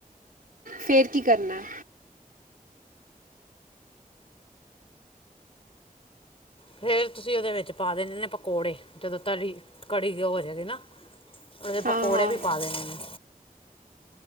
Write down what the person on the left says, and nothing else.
ਫੇਰ ਤੁਸੀਂ ਉਹਦੇ ਵਿੱਚ ਪਾ ਦੇਿੰਣੇ ਨੇ ਪਕੌੜੇ ਜਦੋਂ ਤਰੀ ਕੜੀ ਹੋ ਜਾਏਗੀ ਨਾ। ਉਹਦੇ
ਪਕੌੜੇ
ਵੀ ਪਾ ਦੇ ਨੇ